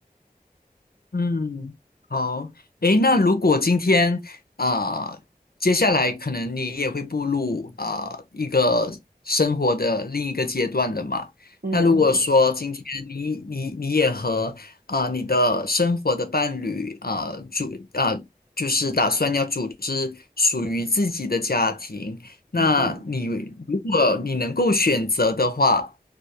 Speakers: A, on the left (about 70°); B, on the right (about 80°).
A: 嗯，好，诶，那如果今天啊、呃接下来可能你也会步入啊、呃一个生活的另一个阶段了嘛？
B: 嗯嗯
A: 那如果说今天你你你也和啊、呃你的生活的伴侣啊、呃组啊、呃就是打算要组织属于自己的家庭，那你如果你能够选择的话。
B: 嗯嗯。